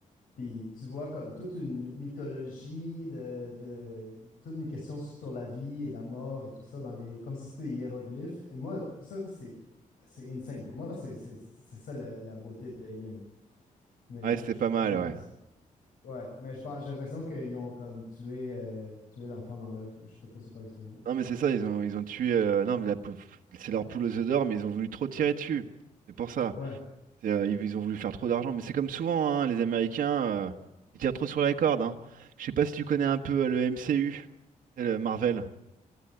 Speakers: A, on the left (about 85°); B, on the right (about 80°).
A: Puis tu vois comme toute une mythologie de, de- toute une question sur la vie et la mort et tout ça dans les comme si c'était des hiéroglyphes. Et moi, ça c'est c'est insane. Pour moi, c'est c'est- c'est ça la, la beauté de Alien. Mais
B: Ouais, c'était
A: j-
B: pas mal,
A: j'ai l'impression
B: ouais.
A: ouais, mais je pense j'ai l'impression qu'ils ont comme tué euh, tué l'enfant dans l'œuf ou je sais pas trop c'est quoi l'expérience. mais-
B: Non, mais c'est ça, ils ont, ils ont tué. euh, non, mais la pou- c'est leur poule aux œufs d'or, mais ils ont voulu trop tirer dessus. C'est pour ça.
A: Ouais.
B: C'est, euh, ils, ils ont voulu faire trop d'argent. Mais c'est comme souvent, hein, les Américains, euh, ils tirent trop sur la corde. Hein. Je sais pas si tu connais un peu euh, le MCU, c'est le Marvel.